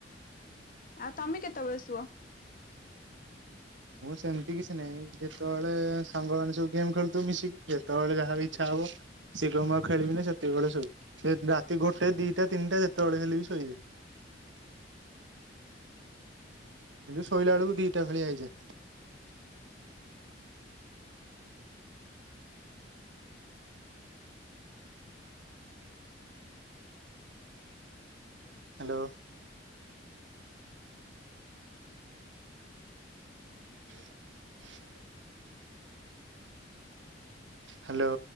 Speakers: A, on the left; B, on the right.
A: ଆ ତମେ କେତେବେଳେ ଶୁଅ?
B: ସେମତି କିଛି ନାଇଁ ଯେତେବେଳେ ସାଙ୍ଗମାନେ ସବୁ ଗେମ୍ ଖେଳୁଥିବେ ମିଶିକି ଯେତେବେଳେ ଯାହାର ଇଚ୍ଛା ହବ। ସେ କହିବ ଆଉ ଖେଳିବି ନି ସେତିକିବେଳେ ଶୋଇବି ରାତି ଗୋଟେ ଦିଟା ତିନିଟା ଯେତେବେଳେ ହେଲେବି ଶୋଇବି।
A: ଆ।
B: କିନ୍ତୁ, ଶୋଇଲା ବେଳକୁ ଦିଟା ଭଳିଆ ହେଇଯାଏ। ହାଲୋ। <inaudible> ହାଲୋ।